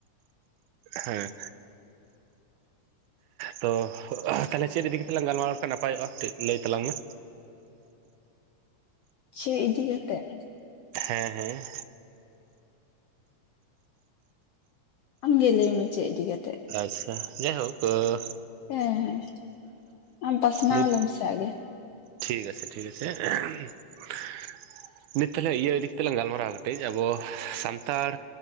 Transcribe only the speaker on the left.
ᱪᱮᱫ ᱤᱫᱤ ᱠᱟᱛᱮᱜ
ᱟᱢᱜᱮ ᱞᱟᱹᱭ ᱢᱮ ᱪᱮᱫ ᱤᱫᱤ ᱠᱟᱛᱮᱫ᱾
ᱦᱮᱸ ᱦᱮᱸ ᱟᱢ ᱯᱟᱥᱱᱟᱣ
ᱞᱮᱢ ᱥᱮ ᱟᱜᱮ᱾